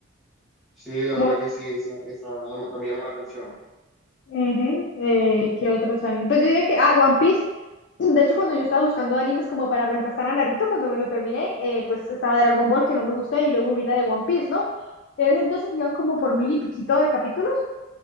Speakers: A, in the centre; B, on the left.
A: Sí, la
B: Como,
A: verdad que sí, esa, esa no, me no me llama la atención.
B: ujú, eh, ¿qué otros animes? Pues yo diría que, ah, One Piece. De hecho, cuando yo estaba buscando animes como para reemplazar a Naruto, cuando me lo terminé, eh, pues estaba Dragon Ball que no me gusta y luego vi la de One Piece, ¿no? En ese entonces iban como por mil y piquito de capítulos